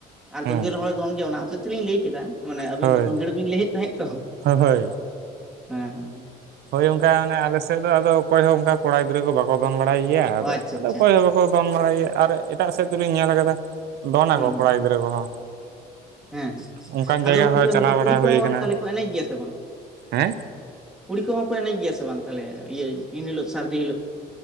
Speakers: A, in the centre; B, on the right (about 75°).
A: ᱟᱨ
B: ᱦᱮᱸ
A: ᱫᱳᱸᱜᱮᱲ ᱦᱚᱞ ᱫᱚᱱ ᱜᱮᱭᱟ ᱚᱱᱟ ᱦᱚᱛᱮᱡ ᱛᱮᱞᱤᱧ ᱞᱟᱹᱭ ᱠᱮᱫᱟ ᱢᱟᱱᱮ ᱟᱵᱤᱱ
B: ᱦᱳᱭ
A: ᱫᱚ ᱫᱳᱸᱜᱮᱲ ᱵᱤᱱ ᱞᱟᱹᱭᱮᱫ ᱛᱟᱦᱮᱸᱜ ᱛᱚ᱾
B: ᱦᱳᱭ
A: ᱦᱮᱸ ᱦᱮᱸ᱾
B: ᱦᱳᱭ ᱚᱱᱠᱟ ᱚᱱᱮ ᱟᱞᱮ ᱥᱮᱫ ᱫᱚ ᱟᱫᱚ ᱚᱠᱚᱭ ᱦᱚᱸ ᱚᱱᱠᱟ ᱠᱚᱲᱟ ᱜᱤᱫᱽᱨᱟᱹ ᱠᱚ ᱵᱟᱠᱚ ᱫᱚᱱ ᱵᱟᱲᱟᱭ ᱜᱮᱭᱟ ᱟᱫᱚ
A: ᱚ ᱟᱪᱪᱷᱟ
B: ᱟᱫᱚ
A: ᱟᱪᱪᱷᱟ
B: ᱚᱠᱚᱭ ᱦᱚᱸ ᱠᱚ ᱫᱚᱱ ᱵᱟᱲᱟᱭ ᱜᱮᱭᱟ ᱟᱨ ᱮᱴᱟᱜ ᱥᱮᱫ ᱫᱚᱞᱤᱧ ᱧᱮᱞ ᱠᱟᱫᱟ ᱫᱚᱱ
A: ᱦᱩᱸ
B: ᱟᱠᱚ
A: ᱦᱩᱸ
B: ᱠᱚᱲᱟ ᱜᱤᱫᱽᱨᱟᱹ ᱠᱚᱦᱚᱸ᱾
A: ᱦᱮᱸ,
B: ᱚᱱᱠᱟᱱ
A: ᱟᱫᱚ
B: ᱡᱟᱭᱜᱟ
A: ᱜᱚᱝᱠᱮ
B: ᱦᱚᱸ
A: ᱱᱚᱝᱠᱟ
B: ᱪᱟᱞᱟᱣ ᱵᱟᱲᱟ
A: ᱠᱩᱲᱤ ᱠᱚᱦᱚᱸ
B: ᱦᱩᱭ ᱠᱟᱱᱟ
A: ᱛᱟᱦᱞᱮ ᱠᱚ ᱮᱱᱮᱡᱽ ᱜᱮᱭᱟ ᱥᱮ ᱵᱟᱝ?
B: ᱦᱮᱸ
A: ᱠᱩᱲᱤ ᱠᱚᱦᱚᱸ ᱠᱚ ᱮᱱᱮᱡᱽ ᱜᱮᱭᱟ ᱥᱮ ᱵᱟᱝ ᱛᱟᱦᱚᱞᱮ, ᱤᱭᱟᱹ ᱤᱱ ᱦᱤᱞᱳᱜ ᱥᱟᱨᱫᱤ ᱦᱤᱞᱳᱜ?